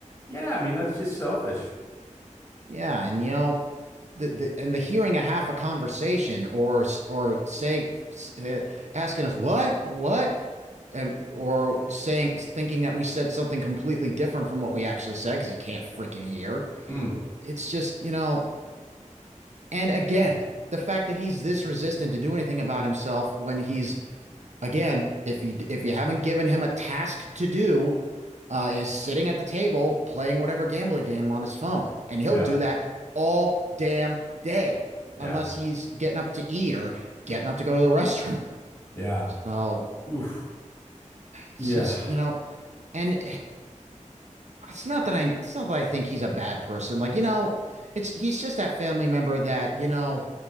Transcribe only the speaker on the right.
yeah, and you know, the, the and the hearing a half a conversation or s- or saying s- uh, asking us what what and or saying thinking that we said something completely different from what we actually said because he can't freaking hear.
It's just, you know, And again, the fact that he's this resistant to do anything about himself when he's again, if you if you haven't given him a task to do, uh, is sitting at the table playing whatever gambling game on his phone, and
he'll do that all damn day
unless he's getting up to eat or getting up to go to the <laughs> restroom.
So
it's
just you know, and it's not that I it's not that I think he's a bad person. Like you know, it's he's just that family member that you know